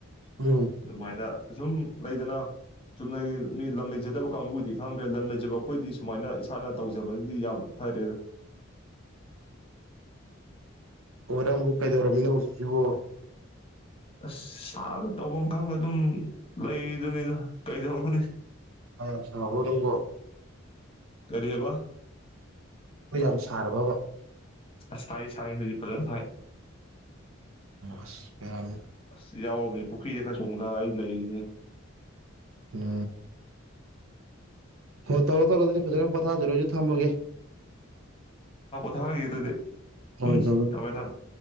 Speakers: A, on the right; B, on the left.
A: ꯎꯝ
B: ꯑꯗꯨꯃꯥꯏꯅ ꯁꯨꯝ ꯂꯩꯗꯅ ꯆꯨꯝꯅꯒꯤ ꯃꯤ ꯂꯝ ꯂꯩꯗꯅ ꯀꯥꯡꯕꯨꯗꯤ ꯈꯪꯗ꯭ꯔꯦ ꯂꯝ ꯂꯩꯖꯕ ꯑꯩꯈꯣꯏꯗꯤ ꯁꯨꯃꯥꯏꯅ ꯏꯁꯥꯅ ꯇꯧꯖꯕꯅꯗꯤ ꯌꯥꯝ ꯐꯔꯦꯗ
A: ꯑꯣꯅꯪꯕꯨ ꯀꯥꯏꯗꯧꯔꯝꯃꯤ ꯁꯤꯕꯣ
B: ꯑꯁ ꯁꯥꯕ ꯇꯧꯐꯝ ꯈꯪꯗ ꯑꯗꯨꯝ ꯂꯩꯗꯨꯅꯤꯗ ꯀꯩꯗꯧꯔꯨꯅꯤ
A: ꯍ ꯁꯪꯉꯥꯕꯣ ꯅꯪꯕꯣ
B: ꯀꯔꯤꯍꯦꯕ
A: ꯑꯩ ꯌꯥꯝ ꯁꯥꯔꯕꯕ
B: ꯁꯥꯏ ꯁꯥꯏ ꯍꯧꯖꯤꯛ ꯐꯖꯅ ꯁꯥꯏ
A: ꯑꯁ ꯕꯦꯔꯥꯅꯦ
B: ꯁꯤ ꯌꯥꯎꯔꯕꯕꯅꯤ ꯄꯨꯈ꯭ꯔꯤꯁꯦ ꯈꯔ ꯆꯣꯡꯗ ꯑꯩ ꯂꯩꯔꯤꯁꯦ
A: ꯎ ꯍꯣ ꯇꯧꯔꯣ ꯇꯧꯔꯣ ꯐꯖꯅ ꯊꯥꯖꯔꯣ ꯑꯩꯁꯨ ꯊꯝꯃꯒꯦ
B: ꯄꯣꯊꯥꯒꯤꯒꯦ ꯑꯗꯨꯗꯤ
A: ꯍꯣꯏ
B: ꯎꯝ
A: ꯇꯧꯔꯣ
B: ꯊꯃꯦ ꯊꯃꯦ